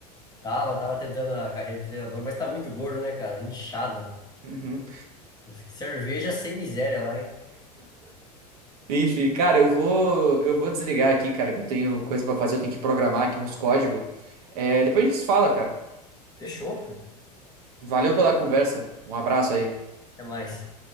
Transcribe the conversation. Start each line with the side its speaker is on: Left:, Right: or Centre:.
Left: Tava, tava tentando a carreira de treinador, mas tá muito gordo, né, cara? Inchado.
Right: Uhum.
Left: Cerveja sem miséria lá, hein?
Right: Enfim, cara, eu vou, eu vou desligar aqui, cara, que eu tenho coisa pra fazer, eu tenho que programar aqui uns códigos. É, depois a gente se fala, cara.
Left: Fechou.
Right: Valeu pela conversa. Um abraço aí.
Left: Até mais.